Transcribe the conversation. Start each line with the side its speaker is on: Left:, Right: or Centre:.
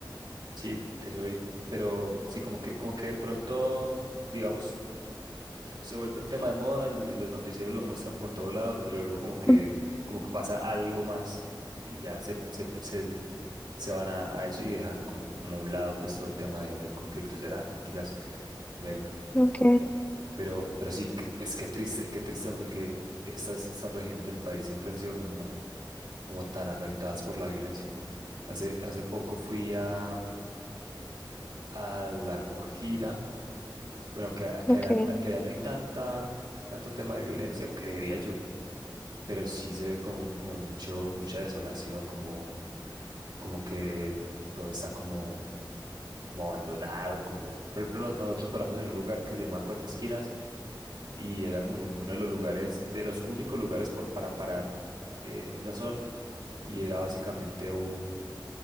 Right: Sí, eso vi, pero sí, como que, como que de pronto, digamos, eh, se vuelve un tema de moda y los noticieros lo muestran por todo lado, pero luego como que,
Left: Mm,
Right: como que pasa algo más y ya se, se, se, se van a, a eso y dejan como, como a un lado pues todo el tema de- del conflicto, será, quizás. Bueno,
Left: Ok,
Right: eh, pero, pero sí, que- pues qué triste, qué triste, hombre, que estas, estas regiones del país siempre han sido como, como tan afectadas por la violencia. Hace, hace poco fui a, a La Guajira Bueno, que, a- que
Left: ok,
Right: allá, no- que allá no hay tanta, tanto tema de violencia, creería yo, pero sí se ve como, como mucho, mucha desolación, como, como que todo está como, como abandonado, como, por ejemplo, no- nosotros paramos en un lugar que se llama Cuatro Esquinas y era como un- uno de los lugares, de los únicos lugares por, para parar eh, en esa zona y era básicamente un,